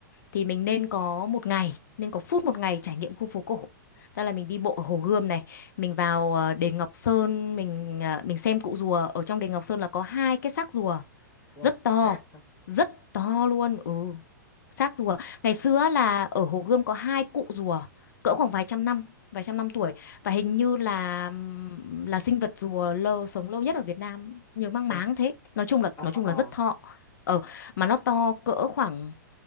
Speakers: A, on the left (about 65°); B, on the left (about 30°).
A: thì mình nên có một ngày nên có phút một ngày trải nghiệm khu phố cổ tức là mình đi bộ ở Hồ Gươm này mình vào ờ, đền Ngọc Sơn mình ờ, mình xem cụ rùa ở trong đền Ngọc Sơn là có hai cái xác rùa
B: wow,
A: rất to
B: sát hả?
A: rất to luôn ừ xác rùa ngày xưa á là ở Hồ Gươm có hai cụ rùa cỡ khoảng vài trăm năm vài trăm năm tuổi và hình như là là sinh vật rùa lâu sống lâu nhất ở Việt Nam nhớ mang
B: Ồ,
A: máng thế nói chung là
B: ờ
A: nói
B: ờ
A: chung là rất thọ ờ mà nó to cỡ khoảng